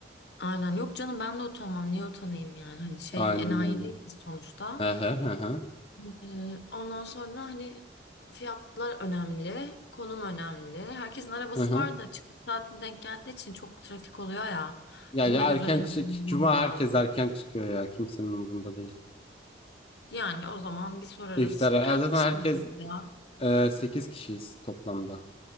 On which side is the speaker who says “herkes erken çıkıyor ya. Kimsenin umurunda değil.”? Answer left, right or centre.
Left